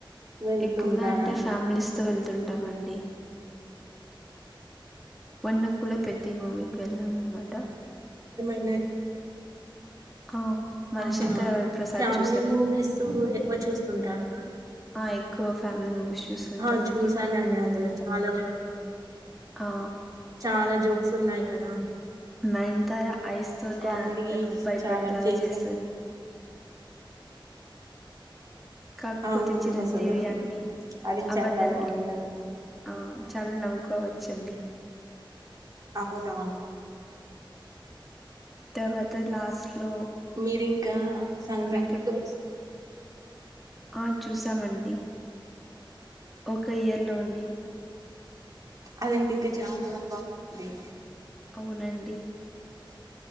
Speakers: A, on the right (about 45°); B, in the centre.
A: వెళ్తుంటారా
B: ఎక్కువగా అంటే ఫ్యామిలీస్ తో వెళ్తుంటామండి మొన్న కూడా పెద్ది మూవీకి వెళ్ళాం అనమాట
A: లే
B: ఆ మనశంకర
A: అవునా
B: వరప్రసాద్
A: ఫ్యామిలీ
B: చూసారండి
A: మూవీసు ఎక్కువ చూస్తుంటారా
B: ఆ ఎక్కువ ఫ్యామిలీ మూవీస్ చూస్తుంటామండి
A: ఆ చూసానండి అందులో చాలా జోక్స్
B: ఆ
A: చాలా జోక్స్ ఉన్నాయి కదా
B: నయన్తార ఐస్ తోనే
A: కామెడీ
B: అతను భయపడేలాగా
A: చాలా చేసా
B: చేస్తుంది కాకపోతే
A: అవును
B: చిరంజీవి
A: అసలు
B: అన్ని
A: అది
B: అబద్ధాలే
A: చాలా బాగుంటది
B: ఆ చాలా నవ్వుకోవచ్చండి
A: అవునా
B: తరవాత లాస్ట్ లో
A: మీరింకా సంక్రాంతితో
B: వెంకట్
A: వస్
B: ఆ చూసామండి ఒక ఇయర్ లోనే
A: అదయితే ఇంకా చాలా బాగుంది
B: అవునండి